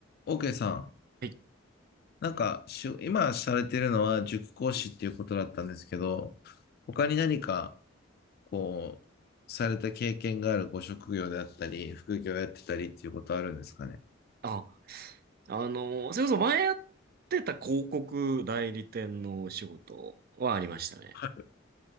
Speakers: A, on the left; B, on the right.
A: OK さん、
B: はい。
A: なんかしゅ、今されてるのは塾講師っていうことだったんですけど、他に何か、こう、された経験があるご職業であったり、副業やってたりっていうことあるんですかね。
B: あ、あのーそれこそ前やってた広告代理店のお仕事はありましたね。
A: はい。